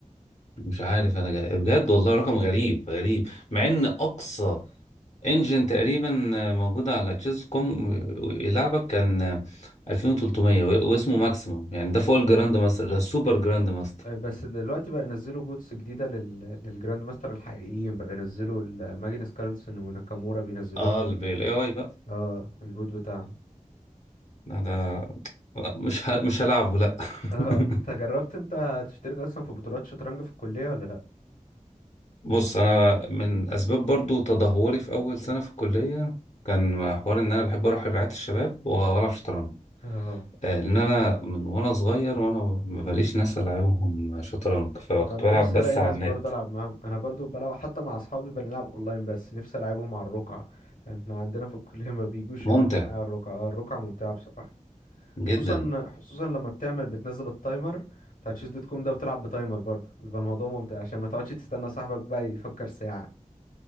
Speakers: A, on the left; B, on the left.
A: مش عارف أنا جاي. بجد والله رقم غريب غريب مع إن أقصى انجن تقريبا موجودة على تشيز كوم يلعبك كان 2300 و- واسمه ماكسيموم يعني ده فوق الجراند
B: اه
A: ماستر ده السوبر جراند ماستر
B: آه، بس دلوقتي بقى ينزلوا بوتس جديدة لل... للجراند ماستر الحقيقيين بقى ينزلوا ال- ماجنس كارلسن وناكامورا بينزلوا
A: اه
B: لهم
A: الاي
B: ال...
A: اي بقى
B: اه البوت بتاعهم
A: ده, ده مش ه... مش هلعبه لا
B: اه
A: <laughs>
B: <laughs> انت جربت انت تشترك اصلا في بطولات شطرنج في الكلية ولا لا
A: بص انا من اسباب برضو تدهوري في اول سنة في الكلية كان حوار ان انا بحب اروح رعاية الشباب و- والعب شطرنج
B: اه
A: آه، لان انا من وانا صغير وانا مباليش ناس العبهم شطرنج فكنت
B: آه، انا
A: بلعب
B: نفسي
A: بس
B: الاقي ناس
A: على النت
B: برضه العب معاهم انا برضه بلعب حتى مع اصحابي بنلعب اونلاين بس نفسي العبهم على الرقعة احنا عندنا في الكلية ما بيجوش
A: ممتع
B: يلعبوا معايا على الرقعة اه الرقعة ممتعة بصراحة
A: جدا
B: خصوصا خصوصا لما بتعمل بتنزل التايمر بتاع تشيز دوت كوم ده وتلعب بتايمر برضه بيبقى الموضوع ممتع عشان ما تقعدش تستنى صاحبك بقى يفكر ساعة